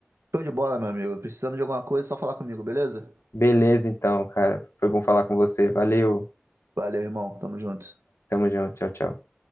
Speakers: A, on the right (about 80°); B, on the left (about 85°).
A: show de bola, meu amigo. Precisando de alguma coisa, é só falar comigo, beleza?
B: Beleza, então, cara. Foi bom falar com você. Valeu.
A: Valeu, irmão. Tamo junto.
B: Tamo junto. Tchau, tchau.